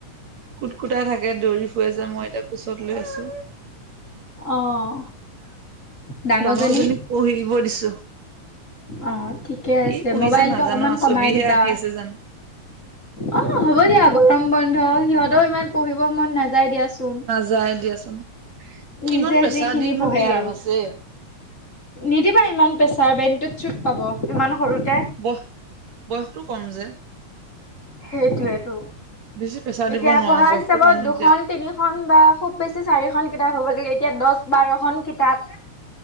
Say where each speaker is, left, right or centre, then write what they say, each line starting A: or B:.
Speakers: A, on the right (about 65°); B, on the left (about 25°).
A: কুট-কুটাই থাকে, দৌৰি ফুৰি যে মই এই কোচত লৈ আছো,
B: অ', ডাঙৰজনী
A: ডাঙৰ জনীক পঢ়িব দিছো।
B: অ, ঠিকে আছে
A: কি পঢ়িছে
B: ম'বাইলটো
A: নাজানো
B: অকণমান
A: আও
B: কমাই
A: ছবিহে
B: দিবা।
A: আঁকি আছে জানো
B: অ, হ'ব দিয়া, গৰম বন্ধ সিহঁতেও ইমান পঢ়িব মন নাযায় দিয়াচোন।
A: যাই দিয়াচোন,
B: নিজে
A: ইমান প্ৰেছাৰ
B: যিখিনি
A: দিনো
B: পঢ়ে
A: কি
B: আৰু
A: লাভ আছে।
B: নিদিবা ইমান প্ৰেছাৰ বেইণটোত চুট পাব ইমান সৰুতে।
A: বয় বয়সটো কম যে।
B: সেইটোয়েটো
A: বেছি প্ৰেছাৰ
B: এতিয়া
A: দিব নোৱাৰো
B: পঢ়া
A: বয়সটো
B: হিচাপত
A: কম
B: দুখন
A: এতিয়া
B: তিনিখন বা খুব বেছি চাৰিখন কিতাপ হ'ব লাগে, এতিয়া দহ-বাৰখন কিতাপ।